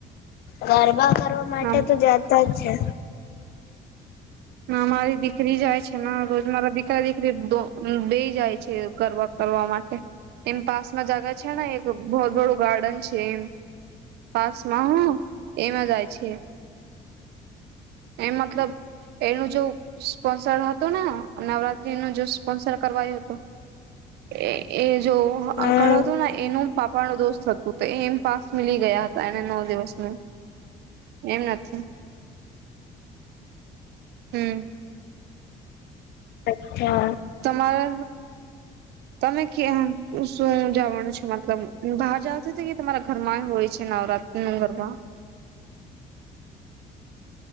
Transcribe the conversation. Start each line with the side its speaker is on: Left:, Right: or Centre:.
Left: ગરબા કરવા માટે
Right: આમ
Left: તો જાતા જ છે.
Right: ના મારી દીકરી જાય છે ને રોજ મારા દીકરા દીકરી બેઈ જાય છે ગરબ કરવા માટે. એમ પાસમાં જાગા છે ને એક બ બડું ગાર્ડન છે એમ પાસમાં હ એમાં જાય છે એ મતલબ એનું જો સ્પોન્સર હતું ને નવરાત્રીનું સ્પોન્સર કરવાયું હતું એ એ જો
Left: હમ
Right: અંકળ હતું ને એનું પાપા ન દોસ્ત હતું તો એમ પાસ મિલી ગયા હતા એને નવ દિવસ ન એમ નથી હમ.
Left: અચ્છા
Right: તમારે તમે ક્યાં શું જવાનું છે મતલબ બહાર જતા કે તમારા ઘરમાં હોય છે નવરાત્રિ ના ગરબા?